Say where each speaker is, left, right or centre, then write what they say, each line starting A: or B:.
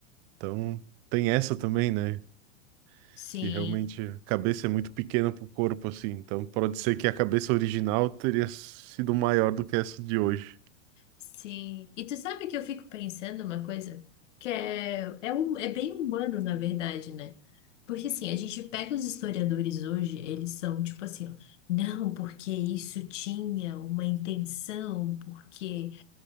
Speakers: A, on the right (about 30°); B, on the left (about 70°).
A: Então tem essa também, né?
B: Sim,
A: que realmente a cabeça é muito pequena pro corpo, assim. Então pode ser que a cabeça original teria sido maior do que essa de hoje.
B: sim. E tu sabe que eu fico pensando uma coisa que é, é, um, é bem humano, na verdade, né? Porque assim, a gente pega os historiadores hoje, eles são tipo assim, ó, não, porque isso tinha uma intenção, porque